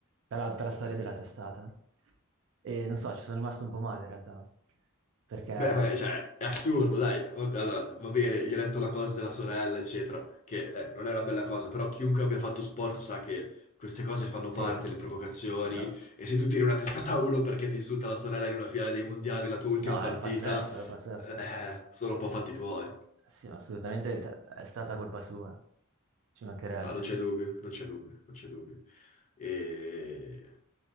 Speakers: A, on the right; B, on the left.
A: per la, per la storia della testata. E non so, ci sono rimasto un po' male in realtà, perché...
B: Beh, ma è- cioè, è assurdo, dai. Va- Allora, va bene, gli ho detto la cosa della sorella, eccetera, che eh, non è una bella cosa, però chiunque abbia fatto sport sa che queste cose fanno
A: Sì,
B: parte,
A: eh,
B: le provocazioni,
A: no,
B: e se tu tiri una testata a uno perché ti insulta la sorella in una finale dei mondiali, la tua ultima
A: no,
B: partita,
A: è pazzesco, è pazzesco.
B: eh, sono un po' fatti tuoi.
A: Sì, ma assolutamente t- è stata colpa sua, ci mancherebbe.
B: Ah, non c'è dubbio, non c'è dubbio, non c'è dubbio. E...